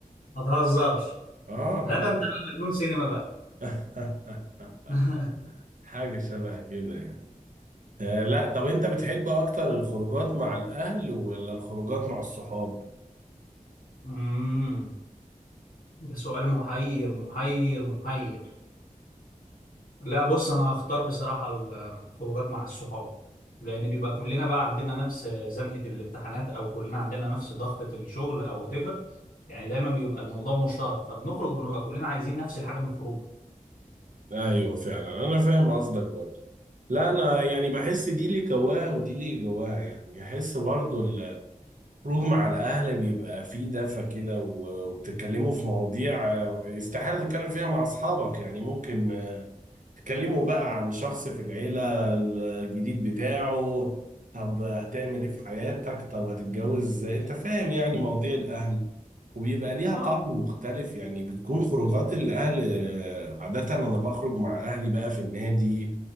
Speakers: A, on the left; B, on the right.
A: ما تهزرش
B: اه
A: لا ده انت بقى مجنون سينما بقى
B: اه
A: <laughs>
B: <laughs> حاجة شبه كده يعني آه لا طب انت بتحب اكتر الخروجات مع الاهل ولا الخروجات مع الصحاب
A: امم ده سؤال محير محير محير لا بص انا هختار بصراحة الخروجات مع الصحاب لان بيبقى كلنا بقى عندنا نفس زنقة الامتحانات او كلنا عندنا نفس ضغطة الشغل او whatever يعني دايما بيبقى الموضوع مشترك فبنخرج بنبقى كلنا عايزين نفس الحاجة من الخروج
B: ايوه فعلا انا فاهم قصدك برضو لا انا يعني بحس دي لي جواها ودي لي جواها يعني احس برضو الخروج مع الاهل بيبقى فيه دفى كده و- وبتتكلموا في مواضيع آه، استحالة تتكلم فيها مع اصحابك يعني ممكن تكلمه بقى عن شخص في العيلة الجديد بتاعه طب هتعمل ايه في حياتك طب هتتجوز انت فاهم يعني مواضيع الأهل وبيبقى ليها
A: اه
B: طعم مختلف يعني بتكون خروجات الأهل آه، عادة أنا بخرج مع أهلي بقى في النادي